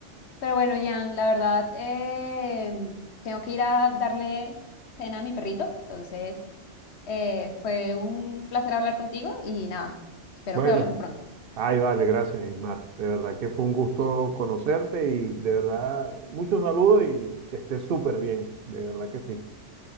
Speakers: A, on the left; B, on the right.
A: pero bueno, Jan, la verdad, eh, mm, tengo que ir a darle cena a mi perrito. Entonces, eh, fue un placer hablar contigo y nada, espero
B: bueno.
A: que hablemos pronto.
B: Ay, vale, gracias, Ismar. De verdad que fue un gusto conocerte y de verdad, muchos saludos y que estés súper bien. De verdad que sí.